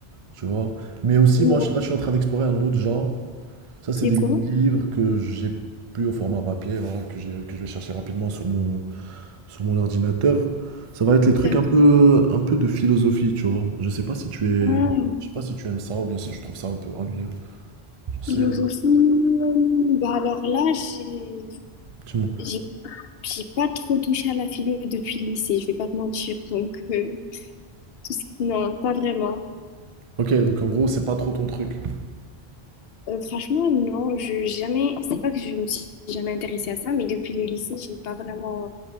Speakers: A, on the right (about 40°); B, on the left (about 70°).
A: Tu vois? Mais aussi,
B: euh,
A: moi,
B: ouais.
A: je- là, je suis en train d'explorer un autre genre. Ça, c'est
B: C'est
A: des
B: quoi?
A: livres que j'ai plus au format papier, voilà, que j'ai, que je vais chercher rapidement sur mon, sur mon ordinateur. Ça va être les
B: Peut-être.
A: trucs un peu, un peu de philosophie, tu vois. Je sais pas si tu es,
B: Ah,
A: je sais pas si tu aimes ça ou bien si tu trouves ça un peu ennuyeux. Je sais,
B: philosophie. euh, Bah alors là, j'ai,
A: dis-moi.
B: j'ai j'ai pas trop touché à la philo depuis le lycée, je vais pas te mentir. Donc, euh, tout ce- non, pas vraiment.
A: Ok, donc en gros, c'est pas trop ton truc.
B: Euh, franchement, non, je jamais. C'est pas que je me suis jamais intéressée à ça, mais depuis le lycée, j'ai pas vraiment